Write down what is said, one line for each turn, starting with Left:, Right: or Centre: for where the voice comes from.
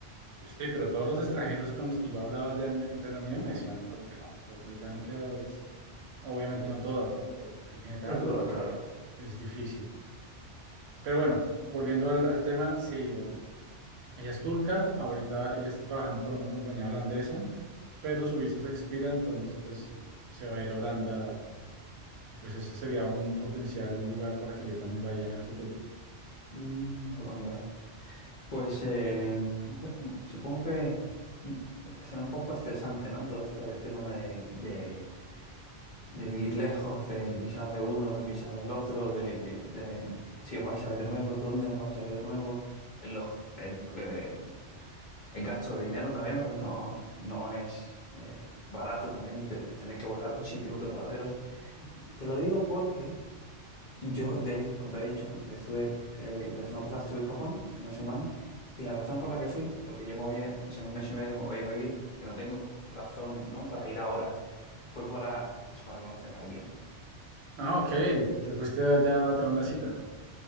Right: sí, pero todos los extranjeros
Left: te... <laughs>
Right: con los que yo hablaba allá en, en Reino Unido me decían como que no, las británicas, obviamente no todas, ¿no? Pero en general
Left: No te lo claro.
Right: es difícil. Pero bueno, volviendo al, al tema, sí, Ella es turca, ahorita ella está trabajando para una compañía holandesa, pero su visa se expira, entonces pues se va a ir a Holanda y pues ese sería un potencial lugar para que yo también vaya en el futuro.
Left: Mm, Holanda. Pues eh, no sé, mm, supongo que mm, será un poco estresante, ¿no? Todo esto de tema de, de, de vivir lejos del visado de uno, del visado del otro, de, de si os vais a ver de nuevo, dónde os vais a ver de nuevo, en los, el, eh, el gasto de dinero también, porque no, <laughs> no es eh, barato también te- tener que volar a un sitio a otro para veros. Te lo digo porque yo, de, hecho, como te he dicho, ¿no? Estuve, eh, la semana pasada estuve en Japón, hice una semana, y la razón por la que fui, porque yo me voy, a- o sea, en un mes y medio me voy a vivir, que no tengo razón, ¿no? para ir ahora, fue para, pues, para conocer a alguien.
Right: Ah, ok, te fuiste allá a traer una cita.